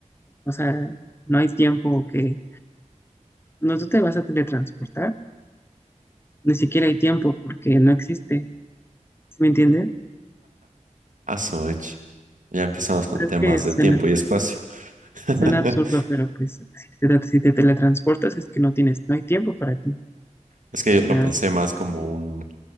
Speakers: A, on the left; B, on the right.
A: O sea, no hay tiempo que... No, tú te vas a teletransportar, ni siquiera hay tiempo porque no existe, ¿sí me entiendes?
B: Aso, ech. Ya empezamos con
A: Creo
B: temas
A: que suena,
B: de tiempo y espacio. <laughs>
A: suena absurdo, pero pues si te, si te teletransportas es que no tienes, no hay tiempo para ti.
B: Es que yo
A: O
B: lo
A: sea,
B: pensé más como un